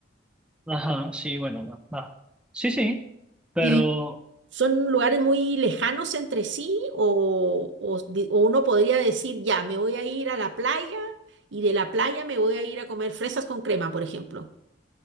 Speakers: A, in the centre; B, on the right (about 65°).
A: Ajá, sí, bueno, va. va. Sí, sí, pero...
B: Y son lugares muy lejanos entre sí, o, o di- o uno podría decir, ya, me voy a ir a la playa y de la playa me voy a ir a comer fresas con crema, por ejemplo.